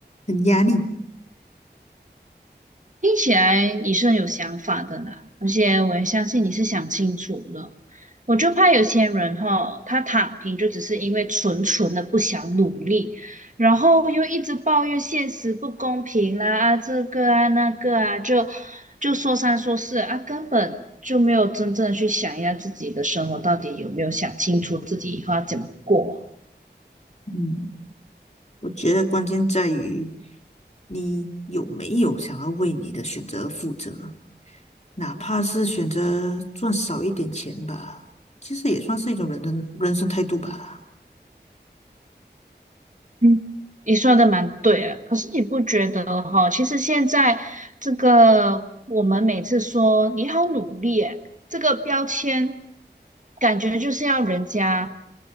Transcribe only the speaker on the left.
很压力。
嗯，我觉得关键在于你有没有想要为你的选择负责。哪怕是选择赚少一点钱吧，其实也算是一种人的人生态度吧。